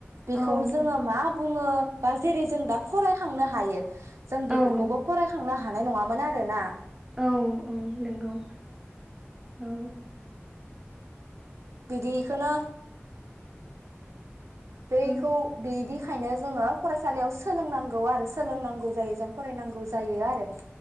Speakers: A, on the right; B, on the right.
A: औ
B: बेखौ जोङो मा बुङो बा जेरै जों दा फरायखांनो हायो। जों
A: औ
B: बेफोरखौबो फरायखांनो हानाय नङामोन आरो ना।
A: औ औ नंगौ औ।
B: बिदिखोनो बैखौ
A: ओम,
B: बिदि ओंखायनो जोङो फरायसालियाव सोलोंनांगौ आरो सोलोंनांगौ जायो जों फरायनांगौ जायो आरो।